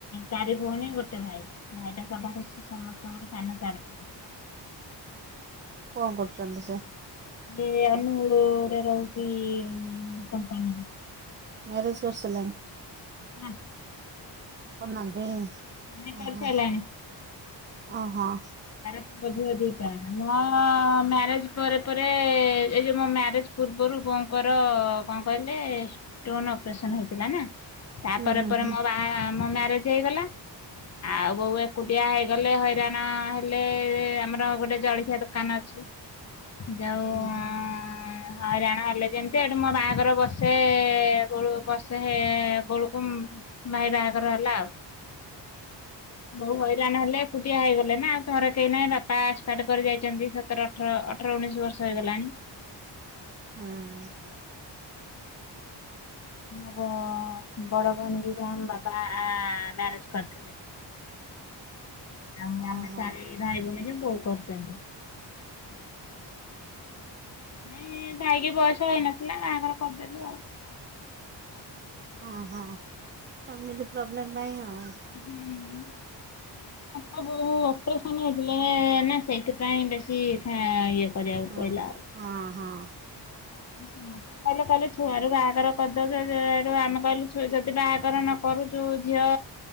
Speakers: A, on the left; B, on the right.
A: ଚାରି ଭଉଣୀ ଗୋଟେ ଭାଇ ଭାଇଟା ସବାରେ ସମସ୍ତେ ସବୁଠୁ ସାନ ସିଆରେ
B: କଣ କରୁଛନ୍ତି ସେ
A: ଏ ଅନୁଗୁଳ ରେ ରହୁଛି କମ୍ପାନୀରେ।
B: ମ୍ୟାରେଜ୍ କରିସାରିଲାଣି?
A: ହେଲା
B: କରନାନ୍ତି
A: ବାହା କରିସାରିଲାଣି
B: ଓ ହ ଓ ହୋ।
A: ତାର ବଧ ଦିଟା ମୋ ମ୍ୟାରେଜ ପରେ ପରେ ଏଇ ଯୋଉ ମୋ ମାରେଜ ପୂର୍ବରୁ ବୋଉଙ୍କର କଣ କହିଲେ ଷ୍ଟୋନ୍ ଅପରେସନ୍ ହେଇଥିଲା ନା? ତାପରେ
B: ହୁଁ ହୁଁ
A: ପରେ
B: ହୁଁ
A: ମୋ ବାହା ମାରେଜ ହେଇଗଲା ଆଉ ବୋଉ ଏକୁଟିଆ ହେଇଗଲେ ହଇରାଣ ଲେ ଆମର ଗୋଟେ ଜଳଖିଆ ଦୋକାନ ଅଛି ଯାଉ
B: ହୁଁ
A: ହ ହଇରାଣ ହେଲେ ଯେମତି ଏଠି ମୋ ବାହାଘର ବସେ କ ବସ ସେ ଗୋଳକୁ ଭାଇ ବାହାଘର ହେଲା ଆଉ। ହଉ ହଇରାଣ ହେଲେ ଏକୁଟିଆ ହେଇଗଲେ ନା। ଥରେ କେହି ନାହିଁ ବାପା ଷ୍ଟାର୍ଟ କରି ଯାଇଛନ୍ତି ସତର ଅଠର ଅଠର ଉଣେଇଶି ବର୍ଷ ହେଇଗଲାଣି।
B: ହଁ।
A: ଆମ ବଡ ଭଉଣୀ ଯ ଆମ ବାବା ମ୍ୟାରେଜ କରିଥିଲେ। ଆଉ ଆମେ
B: ଓହୋ
A: ଚାରି ଭାଇ ଭଉଣୀ କି ବୋଉ କରିଛନ୍ତି। ନାଇଁ ଭାଇକି ବୟସ ହେଇନଥିଲା କାହାଙ୍କର କରିଦେଲୁ ଆଉ।
B: ହଁ ହଁ ଫାମିଲି ପ୍ରୋବ୍ଲେମ୍ ପାଇଁ ଆଉ।
A: ହୁଁ। ଆ ବୋ ଅପରେସନ ହେଇଥିଲେ ନା ସେଇଥିପାଇଁ ବେଶୀ ଥା ଇଏ। କରିବାକୁ
B: ହଁ
A: ପଇଲା।
B: ହଁ ହଁ।
A: ସମସ୍ତେ କହିଲେ କହିଲେ ଛୁଆ ରୁ ବାହାଘର କରିଦେଉ ଯଡୁ ଆମେ କହିଲୁ ଯଦି ବାହାଘର ନ କରୁଛୁ ଝିଅ